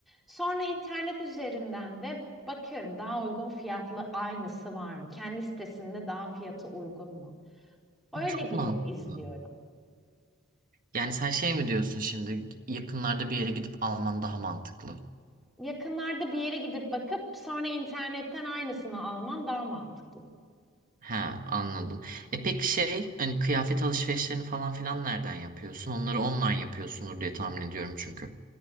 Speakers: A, in the centre; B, on the right.
A: Sonra internet üzerinden de bakıyorum. Daha uygun fiyatlı aynısı var mı? Kendi sitesinde daha fiyatı uygun mu? Öyle
B: Çok
A: bir
B: mantıklı.
A: yol izliyorum.
B: Yani sen şey mi diyorsun şimdi yakınlarda bir yere gidip alman daha mantıklı?
A: yakınlarda bir yere gidip bakıp sonra internetten aynısını alman daha mantıklı.
B: He anladım. E peki şey hani kıyafet alışverişlerini falan filan nereden yapıyorsun? Onları online yapıyorsundur diye tahmin ediyorum çünkü.